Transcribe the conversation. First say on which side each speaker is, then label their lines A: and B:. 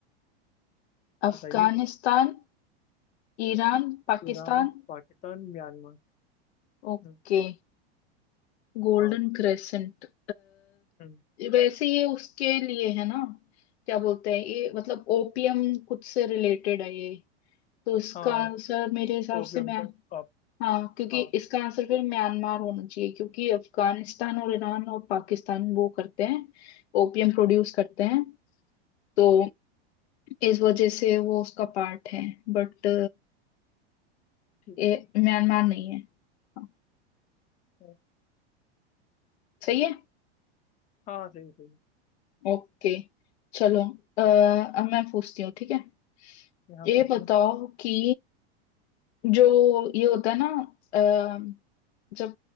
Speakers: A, on the left; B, on the left.
A: Afghanistan
B: बताइए
A: Iran Pakistan
B: Iran Pakistan Myanmar
A: Okay
B: हम्म,
A: Golden
B: हाँ
A: crescent
B: हम्म,
A: वैसे ये उसके लिए है ना क्या बोलते हैं ये मतलब ओपियम कुछ से रिलेटेड है ये तो इसका
B: हाँ
A: आंसर मेरे हिसाब
B: ओपियम
A: से मैं
B: का आप
A: हाँ क्योंकि
B: हाँ
A: इसका आंसर फिर म्यांमार होना चाहिए क्योंकि अफगानिस्तान और ईरान और पाकिस्तान वो करते हैं ओपियम प्रोड्यूस करते हैं तो इस वजह से वो उसका पार्ट है बट
B: ठीक
A: ये
B: है
A: म्यांमार नहीं है हाँ,
B: हाँ
A: सही है
B: हाँ, सही है सही है
A: ओके चलो अ, अब मैं पूछती हूँ ठीक है
B: यहाँ
A: ये
B: पूछिए
A: बताओ कि जो ये होता है ना अ, जब